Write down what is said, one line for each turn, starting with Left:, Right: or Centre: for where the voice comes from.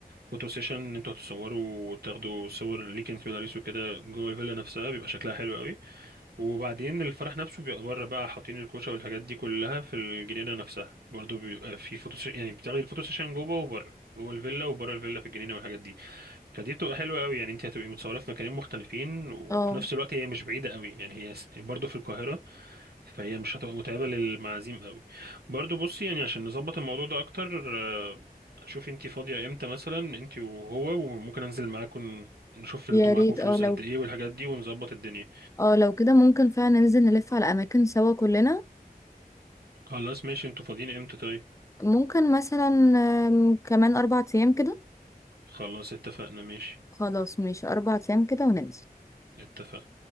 Right: فوتو سيشن انتوا هتصوروا وتاخدوا صور ليك انت ولاريس وكده جوه الفيلا نفسها بيبقى شكلها حلو قوي وبعدين الفرح نفسه بيبقى بره بقى حاطين الكوشه والحاجات دي كلها في الجنينه نفسها برضو بيبقى في فوتو سيشن يعني بتاخدي الفوتو سيشن جوه وبره جوه الفيلا وبره الفيلا في الجنينه والحاجات دي فدي بتبقى حلوه قوي يعني انت هتبقي متصوره في مكانين مختلفين وفي
Left: اه
Right: نفس الوقت هي مش بعيده قوي يعني هي س- برضو في القاهره فهي مش هتبقى متعبه للمعازيم قوي برضو بصي يعني عشان نظبط الموضوع ده اكتر آه، شوفي انت فاضيه امتى مثلا انت وهو وممكن انزل معاكم نشوف انتوا
Left: يا
Right: معاكم
Left: ريت
Right: فلوس
Left: اه لو
Right: قد ايه والحاجات دي ونظبط الدنيا
Left: اه لو كده ممكن فعلا ننزل نلف على اماكن سوا كلنا
Right: خلاص ماشي انتوا فاضيين امتى طيب
Left: ممكن مثلا آم، كمان اربع ايام كده
Right: خلاص اتفقنا ماشي
Left: خلاص ماشي اربع ايام كده وننزل
Right: اتفقنا